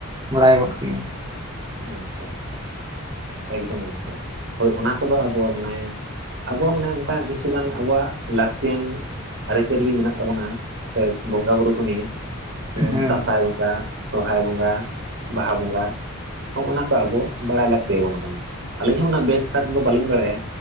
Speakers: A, on the right; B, on the right.
A: ᱵᱟᱲᱟᱭ ᱜᱚᱫ ᱠᱮᱜᱼᱟ
B: ᱟᱪᱪᱷᱟ ᱟᱪᱪᱷᱟ ᱮᱠᱫᱚᱢ ᱜᱚᱢᱠᱮ ᱦᱳᱭ ᱚᱱᱟ ᱠᱚᱫᱚ ᱟᱵᱚ ᱢᱟᱱᱮ ᱟᱵᱚᱣᱟᱜ ᱢᱟᱱᱮ ᱚᱱᱠᱟ ᱠᱤᱪᱷ ᱜᱟᱱ ᱟᱵᱚᱣᱟᱜ ᱞᱟᱹᱠᱛᱤᱭᱟᱱ ᱟᱹᱨᱤᱪᱟᱹᱞᱤ ᱢᱮᱱᱟᱜ ᱛᱟᱵᱚᱱᱟ ᱥᱮ ᱵᱚᱸᱜᱟ ᱵᱩᱨᱩ ᱠᱚ ᱱᱤᱼᱼ ᱡᱮᱢᱚᱱ
A: ᱦᱮᱸ
B: ᱫᱟᱸᱥᱟᱭ ᱵᱚᱸᱜᱟ ᱥᱚᱨᱦᱟᱭ ᱵᱚᱸᱜᱟ ᱵᱟᱦᱟ ᱵᱚᱸᱜᱟ ᱦᱳᱭ ᱚᱱᱟᱠᱚ ᱟᱵᱚ ᱵᱟᱲᱟᱭ ᱞᱟᱹᱠᱛᱤᱭᱟᱵᱚᱱ ᱠᱟᱱᱟ ᱟᱹᱞᱤᱧ ᱦᱚᱸ ᱩᱱᱟᱹᱜ ᱵᱮᱥ ᱠᱷᱟᱨ ᱫᱚ ᱵᱟᱹᱞᱤᱧ ᱵᱟᱲᱟᱭᱟ